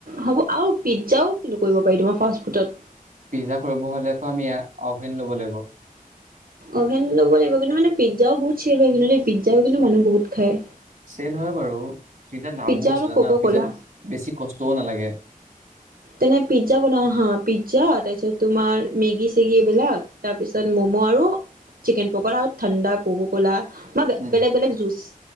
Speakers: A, on the right (about 75°); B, on the right (about 55°).
A: হ'ব আৰু পিজ্জাও কিনো কৰিব পাৰি তোমাৰ ফাষ্টফুডত
B: পিজ্জা কৰিব হলে আকৌ আমি অভেন ল'ব লাগিব
A: অভেন ল'ব লাগিব কিন্তু মানে পিজ্জাও বহুত চেল হয় কিন্তু দেই পিজ্জাও কিন্তু মানুহে বহুত খায়
B: চেল হয় বাৰু পিজ্জাত লাভো
A: পিজ্জা
B: আছে
A: আৰু
B: জানা
A: কক
B: পিজ্জাত
A: কলা
B: বেছি কষ্টও নালাগে
A: তেনে পিজ্জা বনাও হা পিজ্জা তাৰপিছত তোমাৰ মেগী চেগী এইবিলাক তাৰপিছত ম'ম' আৰু চিকেন পকৰা আৰু ঠাণ্ডা কক ক'লা বা
B: উম
A: বেলেগ বেলেগ জুচ